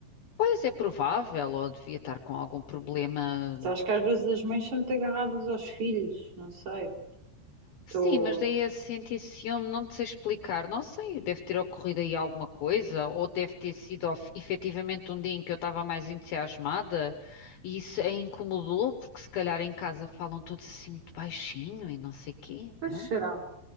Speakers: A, on the left; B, on the right.
A: Pois é provável, ou devia estar com algum problema
B: Acho que às vezes as mães são muito agarradas aos filhos, não sei. Estou.
A: Sim, mas daí a sentir ciúme, não te sei explicar. Não sei, deve ter ocorrido aí alguma coisa, ou deve ter sido of- efetivamente um dia em que eu estava mais entusiasmada e isso a incomodou, porque se calhar em casa falam todos assim muito baixinho e não sei quê.
B: Pois
A: não?
B: será.